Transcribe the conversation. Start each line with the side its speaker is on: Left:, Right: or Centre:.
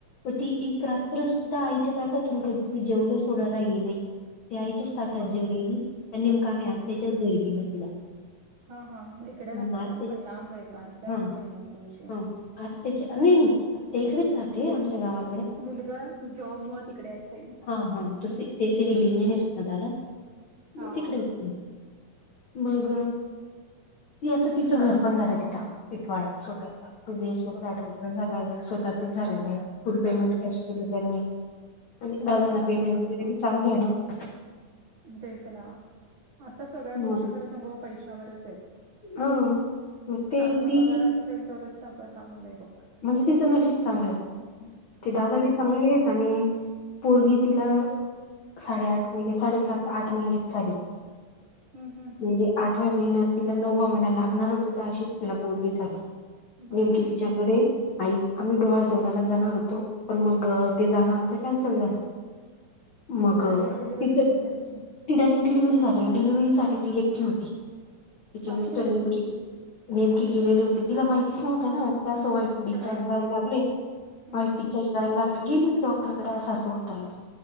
Left: मग ती एक रात्र सुद्धा आईच्या ताटातून कधी ती जेवलं सोडायला येेणे ते आईच्याच ताटात
Right: बघ
Left: जेवलेली आणि नेमकं आम्ही आत्याच्याच घरी दिल तिला
Right: हा हा इकडे
Left: मग
Right: जातात
Left: आत्याच्या
Right: ना ते पण लांब आहे आत्या
Left: हा
Right: लांब आहे मग तुमची
Left: हा आत्याच्या नाही नाही आत्या इकडेच राहते आमच्या गावा
Right: मुलगा जॉब मुळ तिकडे असेल
Left: हा हा तु ते सिवल इंजिनीियर हो ना दादा
Right: हा
Left: मग तिकडे आहेत मग ती आता तिचं घर पण झालंय तिथं पिठवाळ्यात स्वतःचा टू बी एच के
Right: बघ
Left: फ्लॅट वगैरे झाला आहे स्वतः झाले आहे फुल पेमेंट
Right: चांगलंय
Left: कॅश केलं त्यांनी आणि दादांना
Right: चांगलंय
Left: पेमेंट वगैरे
Right: बाबा
Left: बी चांगलं आहे ना,
Right: तेच ना आता सगळ्या गोष्टी
Left: मग
Right: खरं सांगू पैशावरच आहेत.
Left: हा मग ते
Right: चांगला
Left: ती
Right: पगार असेल तरच सगळं चांगलं आहे बघ,
Left: म्हणजे तिचं नशीब चांगलं ते दादा
Right: मग काय
Left: बी चांगले
Right: तर
Left: आहेत आणि पोरगी तिला साडे आठ महिन साडेसात आठ महिन्यात झाली
Right: हम्म हम्म
Left: म्हणजे
Right: हम्म
Left: आता आठव्या महिन्यात तिला नववा महिना लागणारच होता अशीच तिला पोरगी झाली
Right: बापरे
Left: नेमकी तिच्याकडे, आईज आम्ही डोहाळ जेवणाला जाणार होतो पण मग ते जाणं आमचं कॅन्सल झालं, मग
Right: डायरेक्ट डिलिव्हरीच
Left: तिचं
Right: झाली ना तिची
Left: ती डायरेक्ट डिलव्हरी झाली आणि डिलिव्हरीसाठी ती एकटी होती तिचे
Right: बापरे
Left: मिस्टर नेमकी नेमकीे गेलेली होते तिला माहितीच नव्हतं ना असं वाईट डिस्चार्ज
Right: काय
Left: जायला
Right: होईल
Left: लागले
Right: हम्म
Left: वाईट डिचार्ज जायला लागले गेले तर डॉक्टरकडे असं अस होततयस